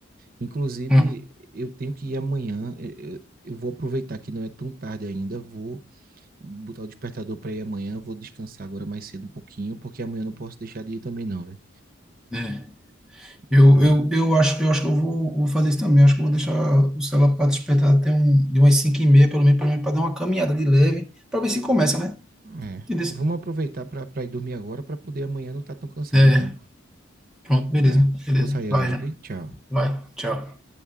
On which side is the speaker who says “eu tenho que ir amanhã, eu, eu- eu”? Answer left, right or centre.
Right